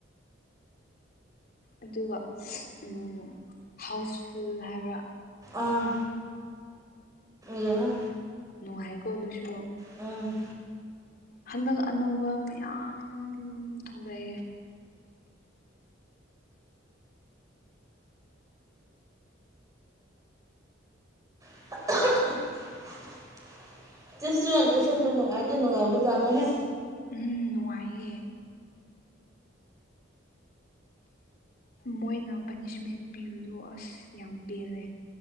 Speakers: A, on the left (about 50°); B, on the right (about 20°).
A: ꯑꯗꯨꯒ ꯎꯝ ꯍꯥꯎꯁꯐꯨꯜ ꯍꯥꯏꯕ꯭ꯔ
B: ꯑꯥ ꯌꯦꯡꯉꯦ
A: ꯅꯨꯡꯉꯥꯏꯀꯣ ꯑꯗꯨꯁꯨ
B: ꯎꯝ
A: ꯍꯟꯗꯛ ꯑꯅꯧꯕ ꯃꯌꯥꯝ ꯊꯣꯛꯂꯛꯑꯦ
B: <unintelligible> ꯇꯤꯁ ꯏꯌꯔ ꯂꯦꯁꯟꯗꯣ ꯅꯨꯡꯉꯥꯏꯗꯤ ꯅꯨꯡꯉꯥꯏꯕꯖꯥꯠꯅꯦꯍꯦ
A: ꯎꯝ ꯅꯨꯡꯉꯥꯏꯌꯦ ꯃꯣꯏꯅ ꯄꯅꯤꯁꯃꯦꯟ ꯄꯤꯕꯗꯣ ꯑꯁ ꯌꯥꯝ ꯄꯦꯜꯂꯦ